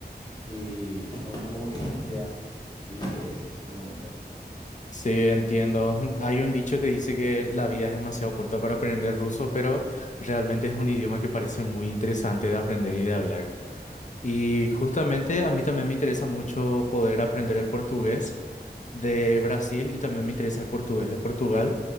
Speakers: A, on the left (about 25°); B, on the left (about 45°).
A: Y más o menos como que esos serían mis intereses de momento.
B: Sí, entiendo. Hay un dicho que dice que la vida es demasiado corta para aprender ruso, pero realmente es un idioma que parece muy interesante de aprender y de hablar. Y justamente a mí también me interesa mucho poder aprender el portugués de Brasil y también me interesa el portugués de Portugal